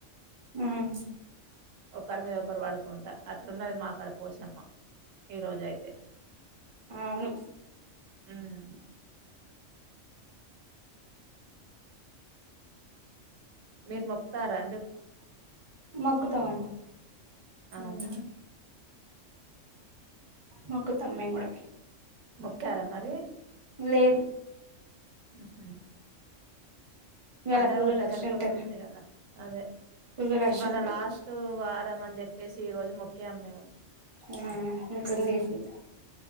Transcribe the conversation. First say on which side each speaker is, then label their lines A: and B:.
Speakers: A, on the right (about 40°); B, on the right (about 85°).
A: ఉమ్మ్
B: ఒకరి మీద ఒకరు పడుకుంటా అట్లున్నది మా కాడ పోసమ్మ ఈ రోజైతే
A: అవును
B: ఉమ్మ్ మీరు మొక్ తారా
A: మొక్కుతమండి
B: అవునా?
A: ఉమ్మ్ మొక్కుతాం మేము కూడా
B: మొక్తారా మరి
A: లేదు
B: ఉహు
A: ఇవాళ
B: పండుగ
A: ఫుల్
B: ఒకటి దగ్గరకొస్తుంది
A: రష్ ఉంటది
B: కదా అదే
A: ఫుల్ రష్
B: ఇవాళ
A: ఉంటది
B: లాస్ట్ వారం అని చెప్పేసి ఈ రోజు మొక్కాం మేము
A: ఆ ఇంకుందిసి